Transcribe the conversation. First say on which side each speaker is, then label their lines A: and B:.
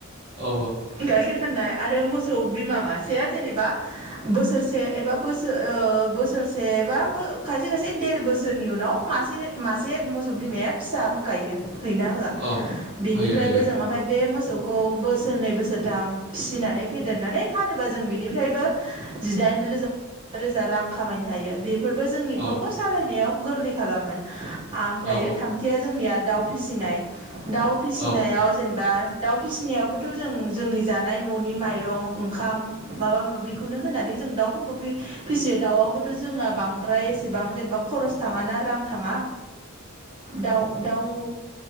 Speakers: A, on the right; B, on the right.
A: औ
B: गायखेर फाननाया। आरो मोसौ बिमा मासेया जेनेबा बोसोरसे एबा बोसोर ओ बोसोरसे बा खायसे खायसे देर बोसोरनि उनाव मासे मासे मोसौ बिमाया फिसा होखायो होयो ना होआ
A: औ
B: बेनिफ्रायबो
A: होयो होयो
B: जों ओमफ्राय बे मोसौ मोसौखौ बोसोरनै बोसोरथाम फिनानै फेदेरनानै फानोबा जों बिनिफ्रायबो जिदाइन दाइन रोजा बा रोजा रां मोनो। खामायनो हायो बेफोरबो जोंनि न'खरखौ
A: औ
B: सालायनायाव गोरलै खालामो ओमफ्रायो
A: औ
B: थामथिया जों दाव फिसिनाय दाव फिसिनायाव
A: औ
B: जेनबा दाव फिसिनायावबोथ' जों जोंनि। जानाय न'नि माइरं ओंखाम माबा माबिखौनो होनानै जों दाउफोरखौ फिसियो। दाउआबोथ' जोंना बांद्राय एसेबां जेनेबा खरस थांङा ना रां थांङा। दाउ दाउ।